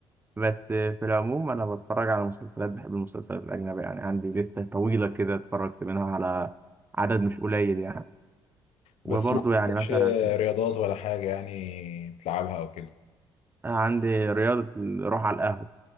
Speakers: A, on the right (about 20°); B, on the left (about 70°).
A: بس آه، في العموم أنا بتفرج على مسلسلات بحب المسلسلات الأجنبية يعني عندي لستة طويلة كده اتفرجت منها على عدد مش قليل يعني وبرضه
B: بس ما عندكش
A: يعني مثلا
B: رياضات ولا حاجة يعني تلعبها او كده
A: عندي رياضة الروح على القهوة